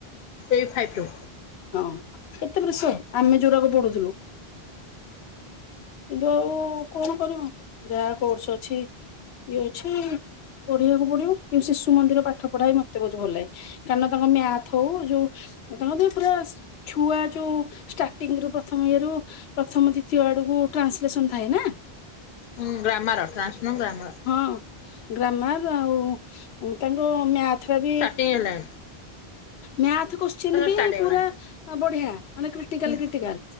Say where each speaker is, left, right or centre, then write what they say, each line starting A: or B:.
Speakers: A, on the left (about 60°); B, on the left (about 85°).
A: ଏଇ ଫାଇଭ୍ ଟୁ।
B: ହଁ କେତେ ବଷ ଆମେ ଯୋଉରାକୁ ପଢୁଥିଲୁ। କିନ୍ତୁ ଆଉ କଣ କରିବୁ ଯାହା କୋର୍ସ ଅଛି ଇଏ ଅଛି। ପଢିବାକୁ ପଡିବ କିନ୍ତୁିସିଶୁ ମନ୍ଦିର ପାଠ ପଢା ବି ମତେ ବହୁତ ଭଲ ଲାଗେ। କାରଣ ତାଙ୍କ ମ୍ୟାଥହୋଉ ଯୋଉ। ତମ ତ ପୁରା ଛୁଆ ଯୋଉ ଷ୍ଟାର୍ଟିଙ୍ଗ ରୁ ପ୍ରଥମ ଇଏ ରୁ। ପ୍ରଥମ ଦ୍ୱତୀୟ ଆଡକୁ ଟ୍ରାନ୍ସଲେସନ ଥାଏ ନା।
A: ହଁ ଗ୍ରାମର ଟ୍ରାନ୍ସନୁ ଗ୍ରାମର।
B: ହଁ ଗ୍ରାମର ଆଉ ତାଙ୍କ ମ୍ୟାଥର ବି।
A: ଟିଏ ହେଲା।
B: ମ୍ୟାଥ କୋଶ୍ଚିନ ବି
A: ଷ୍ଟାର୍ଟ ହେଇଗଲାଣି
B: ପୁରା ଆ ବଢିଆ। ମାନେ କ୍ରିଟିକାଲ
A: ହୁଁ
B: କ୍ରିଟିକାଲ